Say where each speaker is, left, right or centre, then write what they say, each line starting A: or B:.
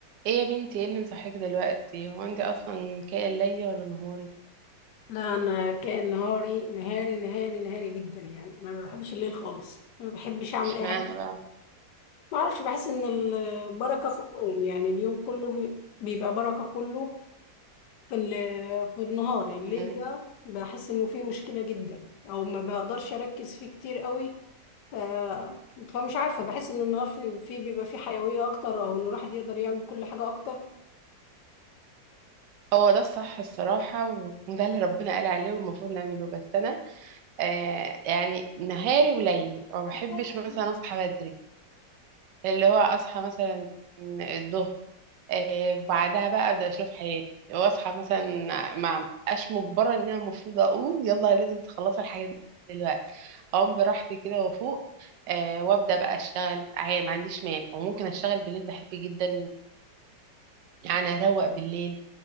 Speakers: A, on the right; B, on the left.
A: ايه يا بنتي ايه اللي مصحيك دلوقتي هو انت اصلا كاية ليلي ولا نهاري
B: لا انا كان نهاري نهاري نهاري نهاري جدا يعني انا ما بحبش الليل خالص ما بحبش اعمل
A: اشمعنى
B: اي حاجه
A: بقى
B: ما اعرفش بحس ان البركه في اليوم يعني اليوم كله بي- بيبقى بركه كله في ال- في النهار الليل
A: مم.
B: ده بحس انه فيه مشكله جدا او ما بقدرش اركز فيه كتير قوي ف فمش عارفه بحس ان النهار فيه في بيبقى فيه حيويه اكتر او ان الواحد يقدر يعمل كل حاجه اكتر
A: هو ده الصح الصراحة و- وده اللي ربنا قال عليه والمفروض نعمله بس انا آه يعني نهاري وليلي ما بحبش
B: مش عارفة.
A: مثلا اصحى بدري اللي هو اصحى مثلا الظهر آه، بعدها بقى ابدا اشوف حياتي واصحى مثلا ما ابقاش مجبره ان انا المفروض اقوم يلا لازم تخلصي الحاجه دلوقتي اقوم براحتي كده وافوق آه وابدا بقى اشتغل عادي ما عنديش مانع وممكن اشتغل بالليل بحب جدا يعني اروق بالليل